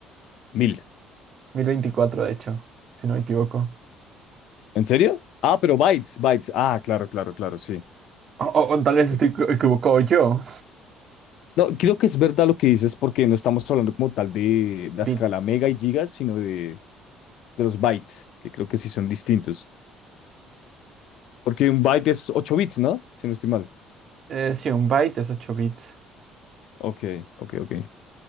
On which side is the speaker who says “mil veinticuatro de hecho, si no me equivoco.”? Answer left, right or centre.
Right